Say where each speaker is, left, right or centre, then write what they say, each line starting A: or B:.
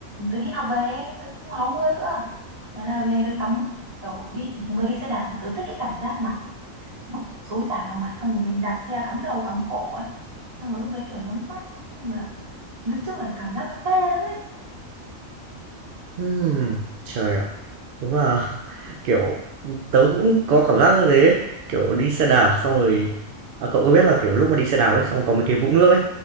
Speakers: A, on the right (about 30°); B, on the right (about 60°).
A: tớ đi học về tớ không áo mưa nữa thế là về được tắm mưa kiểu đi vừa đi xe đạp mà tớ thích cái cảm giác mà mưa xối xả vào mặt xong rồi mình đạp xe cắm đầu cắm cổ ấy xong rồi lúc đấy kiểu nó mát xong là nói chung là cảm giác nó phê lắm ấy
B: Ừm, trời ạ, đúng là, <laughs> kiểu, tớ cũng có cảm giác như thế, kiểu, đi xe đạp xong rồi à, cậu có biết là, kiểu, lúc mà đi xe đạp ấy, xong có mấy cái vũng nước ấy,